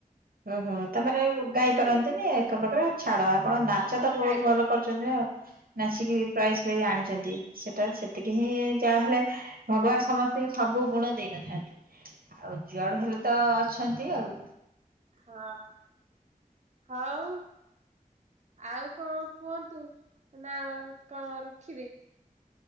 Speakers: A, on the right; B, on the right.
A: ଅଁ, ହଁ ତାମାନେ ଗାଇ ପାରନ୍ତିନି
B: ହେଇଯିବେ
A: ଏକ ପ୍ରକାର ଆଉ ଛାଡ ଆପଣ ନାଚ
B: ହଁ ଆମେ
A: ତ ବହୁତ
B: ଗାଇପାରୁନୁ।
A: ଭଲ କରିଛନ୍ତି ନା। ନାଚିକି ବି ପ୍ରାଇଜ୍ ଫ୍ରାଇଜ ଆଣିଚନ୍ତି, ସେଟା ସେତିକି ହିଁ ଯାହାହେଲେ ଭଗବାନ ସମସ୍ତିଙ୍କି ସବୁ ଗୁଣ ଦେଇନଥାନ୍ତି। ଆଉ ଯୁଆଡୁ
B: ହଁ
A: ହେଲେ ତ ଅଛି। ଅଛନ୍ତି ଆଉ।
B: ହଁ ହଁ। ହଉ। ଆଉ କଣ କୁହନ୍ତୁ ନା କଣ ରଖିବେ?